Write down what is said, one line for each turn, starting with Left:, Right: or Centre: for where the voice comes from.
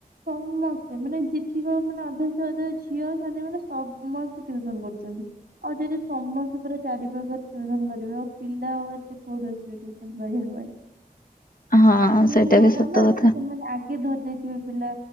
Right: ସମସ୍ତେ ମାନେ ଯେତିକ ମାନେ ଅଧ ଅଧ ଝିଅ ମାନେ ସମସ୍ତେ ଟିୟୁସନ କରୁଛନ୍ତି। ଆଉ ଯଦି ସମସ୍ତେ ପୁରା ଚାରି ପାଖରେ ଟିୟୁସନ କରିବେ ଆଉ ପିିଲା ଆଉ ଏତେ କୁଆଡୁ ଆସିବେ ଟିୟୁସନ କରିବା ପାଇଁ।
Left: ହଁ
Right: ସେମାନେ
Left: ସେଇଟା
Right: ବଡ
Left: ବି ସତ
Right: ନା
Left: କଥା
Right: ତ ସେମାନେ ଆଗେ ଧରିଦେଇଥିବେ ପିଲା